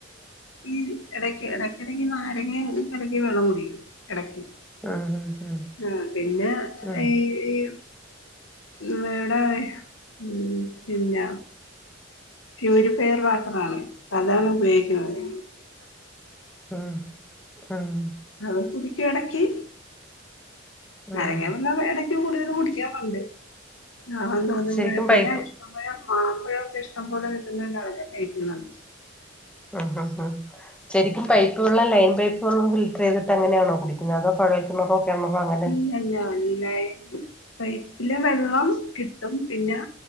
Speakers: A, on the left; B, in the centre.
A: ഈ എടക്ക് എടക്കടക്ക് നാരങ്ങി കലക്കി വെള്ളം കുടിക്കും എടയ്ക്ക്
B: ഉം ഉം
A: ആഹ് പിന്നെ
B: ഉം ഉം
A: ഈ ഇവടെ ഉം പിന്നെ <unintelligible> ഫെയർ വാട്ടർ ആണ് <unintelligible> അ അതാണ് ഉപയോഗിക്കുന്നത്ഫ
B: ആഹ് ആഹ്
A: അവ കുടിക്കും എടക്കി
B: ഉം
A: നരങ്ങാ വെള്ളംമെ ടക്കി കൂടുതൽ കുടിക്കാറുണ്ട് ആഹ് ദാഹംതോന്നുബൊ
B: ശരിക്കും
A: പിന്നെ
B: പൈപ്പ്
A: നമ്മള് മാമ്പഴൊക്കെ ഇഷ്ടം പോലെ കിട്ടുന്നണ്ട് അതൊക്കെ കഴിക്കുന്നുണ്ട്
B: ആ ഹ് ശരിക്കും പൈപ്പ് വള്ളം ലൈൻ പൈപ്പ് ഫിൽട്ടർ ചെയ്തിട്ടങ്ങനാണോ കുടിക്കുന്നത് അതൊകുഴ ലൊ കെണറൊഅങ്ങൻ
A: ഇല്ല ഇല്ലല്ല ലൈൻ പൈപ്പില് വെള്ളം കിട്ടും പിന്നെ